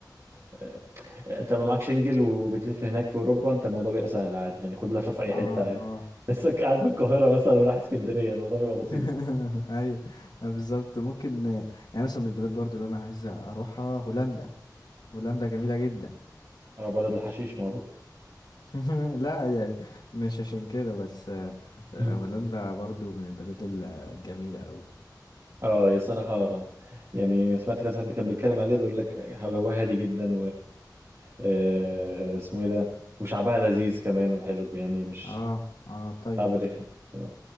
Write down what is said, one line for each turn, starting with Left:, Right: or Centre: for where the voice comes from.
Right: آه، انت ما معكش انجل وبتلف هناك في اوروبا انت الموضوع بيبقى سهل عادي يعني خد لفه في اي
Left: اه
Right: حته عادي
Left: اه
Right: <laughs> بس قاعد في القاهره مثلا وراح اسكندريه الموضوع بيبقى
Left: <laughs>
Right: بسيط
Left: ايوه بالظبط ممكن آه، يعني مثلا من البلاد برضو اللي انا عايز اروحها هولندا هولندا جميلة جدا
Right: اه بلد الحشيش معروف
Left: <laughs> لا يعني مش عشان كده بس آه، هولندا
Right: مم.
Left: برضو من البلاد ال- الجميلة أوي
Right: اه يا صراحة يعني سمعت كذا حد كان بيتكلم عليه بيقول لك هواها هادي جدا آه، اسمه ايه ده وشعبها لذيذ كمان وحلو يعني مش
Left: اه اه طيب
Right: شعب رخم آه.